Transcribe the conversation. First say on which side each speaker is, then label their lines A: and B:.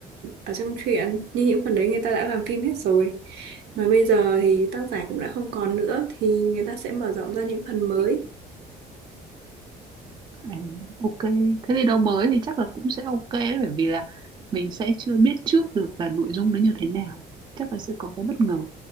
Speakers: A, on the right; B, on the right.
A: ở trong truyện, nhưng những phần đấy người ta đã làm phim hết rồi. Mà bây giờ thì tác giả cũng đã không còn nữa thì người ta sẽ mở rộng ra những phần mới.
B: À, ok. Thế thì đâu mới thì chắc là cũng sẽ ok đấy, bởi vì là mình sẽ chưa biết trước được là nội dung nó như thế nào. Chắc là sẽ có cái bất ngờ